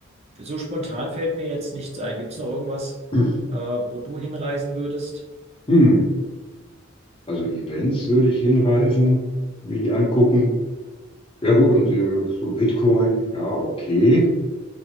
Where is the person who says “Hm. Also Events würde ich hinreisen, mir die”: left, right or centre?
Left